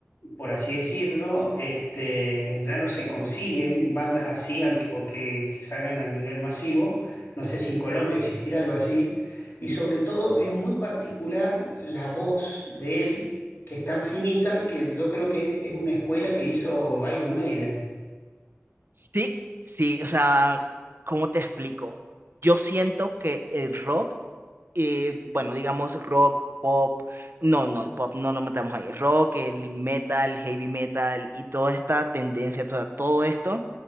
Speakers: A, on the left; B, on the right.
A: por así decirlo, este, ya no se consiguen bandas así al- o que, que salgan a nivel masivo. No sé si en Colombia existirá algo así. Y sobre todo es muy particular la voz de él, que es tan finita que yo creo que es una escuela que hizo Iron Maiden.
B: Sí, sí, o sea, ¿cómo te explico? Yo siento que el rock eh, bueno, digamos rock, pop, no, no, el pop no lo matamos ahí, rock, el metal, heavy metal y toda esta tendencia, toda- todo esto,